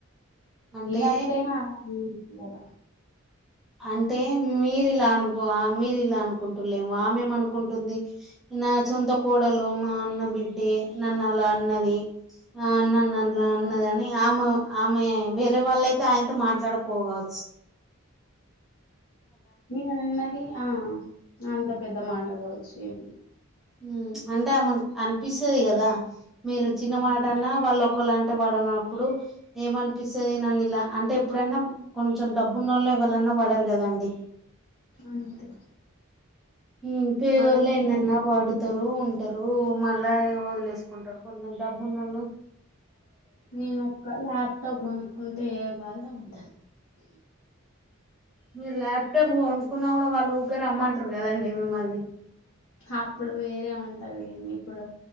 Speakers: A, in the centre; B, on the left.
A: అంటే
B: ఏ అతైనా అంతే గదా
A: అంటే మీరి ఇలా అనుకో మీరు ఇలా అనుకుంటుల్లేమో ఆ మేమి అనుకుంటుంది. నా సొంత కోడలు మా అన్న బిడ్డే నన్ను అలా అన్నది ఆ నన్ నన్ ఇలా
B: అవును,
A: అన్నదని ఆమ ఆమె వేరే వాళ్ళైతే ఆయనతో మాట్లాడకపోగవచ్చు
B: నేను అన్నది ఆ అంత పెద్ద మాట కావచ్చు ఏమి
A: ఉమ్ ప్చ్ అంటే ఆమెకు అనిపిస్సది కదా మీరు చిన్న
B: ఉమ్
A: మాట అన్నా వాళ్ళు కోళ్ళంటే వడనప్పుడు ఏమనిపిస్సది నన్ని ఇలా అంటే ఎప్పుడన్నా కొంచెం డబ్బున్నోళ్ళే ఎవ్వలన్నా పడరు కదా అండి
B: అంతే
A: ఉమ్ పేదోళ్లే
B: అదే నిజమే
A: ఎన్నన్నా వాడుత రు ఉంటారు మళ్ళా వదిలేసుకుంటారు కొందరు డబ్బు ఉన్నోళ్ళు
B: నేను ఒక్క ల్యాప్టాప్ కొనుక్కుంటే ఏ బాధ ఉండదు
A: మీరు ల్యాప్టాప్ కొనుక్కున్నా కూడా వాళ్ళు ఊకే రమ్మంటారు కదండి మిమ్మల్ని
B: హప్పుడు వేరే ఉంటాదిలేండి ఇప్పుడు